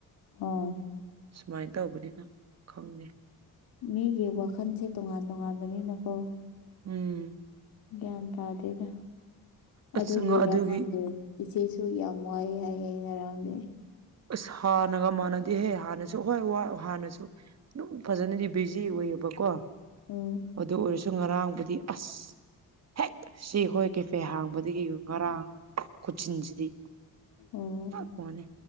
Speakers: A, on the left (about 80°); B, on the right (about 45°).
A: ꯍꯣꯏ
B: ꯁꯨꯃꯥꯏꯅ ꯇꯧꯕꯅꯤꯅ ꯈꯪꯗꯦ
A: ꯃꯤꯒꯤ ꯋꯥꯈꯜꯁꯦ ꯇꯣꯉꯥꯟ ꯇꯣꯉꯥꯟꯕꯅꯤꯅꯀꯣ
B: ꯎꯝ
A: ꯒ꯭ꯌꯥꯟ ꯇꯥꯗꯦꯗ
B: ꯑꯁ
A: ꯑꯗꯨꯒꯤꯔ
B: ꯑꯗꯨꯒꯤ
A: ꯈꯪꯗꯦ ꯏꯆꯦꯁꯨ ꯌꯥꯝ ꯋꯥꯏꯑ ꯍꯥꯏꯌꯦ ꯉꯔꯥꯡꯗꯤ
B: ꯑꯁ ꯍꯥꯟꯅꯒ ꯃꯥꯟꯅꯗꯦꯍꯦ ꯍꯥꯟꯅꯁꯨ ꯍꯣꯏ ꯋꯥ ꯍꯥꯟꯅꯁꯨ ꯑꯗꯨꯝ ꯐꯖꯅꯗꯤ ꯕꯤꯖꯤ ꯑꯣꯢꯌꯦꯕꯀꯣ
A: ꯎꯝ
B: ꯑꯗꯨ ꯑꯣꯢꯔꯁꯨ ꯉꯔꯥꯡꯕꯨꯗꯤ ꯑꯁ ꯍꯦꯛ ꯁꯤ ꯑꯩꯈꯣꯢ ꯀꯦꯐꯦ ꯍꯥꯡꯕꯗꯒꯤ ꯉꯔꯥꯡ ꯈꯨꯠꯖꯤꯟꯖꯤꯗꯤ
A: ꯎꯝ
B: ꯇꯠꯄꯋꯅꯦ